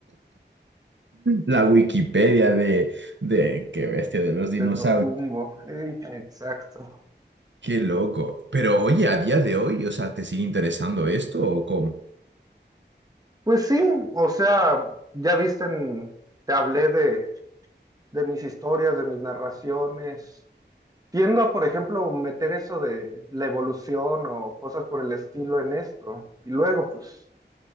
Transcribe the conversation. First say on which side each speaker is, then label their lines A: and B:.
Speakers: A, on the right; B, on the right.
A: La Wikipedia de, de qué bestia de los dinosaurios.
B: de Tocumbo. Ey, exacto.
A: Qué loco. Pero oye, a día de hoy, o sea, ¿te sigue interesando esto o cómo?
B: Pues sí, o sea, ya viste, en- te hablé de, de mis historias, de mis narraciones, Tiendo a, por ejemplo, meter eso de la evolución o cosas por el estilo en esto. Y luego, pues,